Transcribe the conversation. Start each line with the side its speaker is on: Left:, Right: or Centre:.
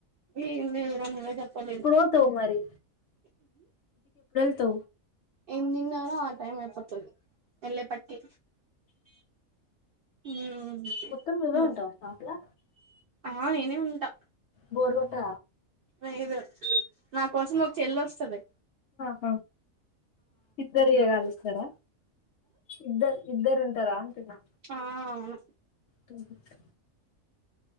Right: ఏ లేదురంగే తప్పలే
Left: పోతావు మరి కుత్త
Right: ఎమి తన్నాార ఆ టైం ఎ పతుదుదు ఎల పట్టి ఉమ్
Left: మొత్తం నువ్వే ఉంటావు షాప్లా
Right: ఆ నేనే ఉంటా
Left: బోర్వట
Right: లేదు నా కోసం ఒక చెల్లి వస్తుంది
Left: ఆ ఇద్దరు ఏగ అనిస్తస్తార ఇద్దరు ఇద్దరు ఉంట ర అంటునా
Right: ఆ అవును
Left: కనిపితా